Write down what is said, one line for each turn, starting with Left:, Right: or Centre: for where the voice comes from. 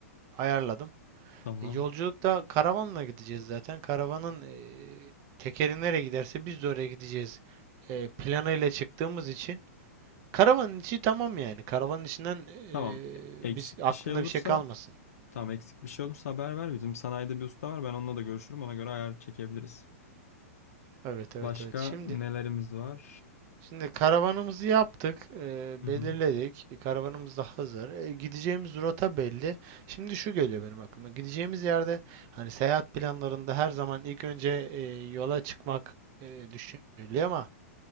Right: ayarladım.
Left: tamam.
Right: E, yolculukta karavanla gideceğiz zaten. Karavanın e, tekeri nereye giderse biz de oraya gideceğiz e, planıyla çıktığımız için. Karavanın içi tamam yani. Karavanın içinden e,
Left: Tamam. Eksik
Right: biz aklında
Left: bir şey olursa
Right: bir şey kalmasın.
Left: tamam eksik bir şey olursa haber ver. Bizim sanayide bir usta var. Ben onunla da görüşürüm. Ona göre ayar çekebiliriz.
Right: Evet evet
Left: Başka
Right: evet. Şimdi
Left: nelerimiz var?
Right: Şimdi karavanımızı yaptık, e, belirledik.
Left: Hı hı.
Right: E, karavanımız da hazır. E, gideceğimiz rota belli. Şimdi şu geliyor benim aklıma. Gideceğimiz yerde hani seyahat planlarında her zaman ilk önce e, yola çıkmak e, düşünülüyor ama